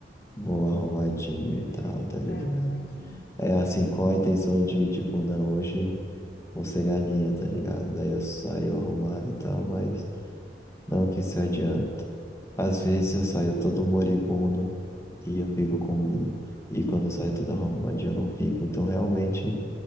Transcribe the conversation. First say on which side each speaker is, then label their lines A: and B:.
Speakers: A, on the left; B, on the left.
A: vou arrumadinho e tal,
B: Vai,
A: tá ligado?
B: vai arrumadinho.
A: É assim,
B: Hum.
A: com a intenção de, tipo, não, hoje vou ser galinha, tá ligado? Daí eu saio arrumado e tal, mas Não que se adianta. Às vezes eu saio
B: Hum,
A: todo moribundo e eu fico comigo. E quando eu saio todo arrumadinho eu não fico. Então realmente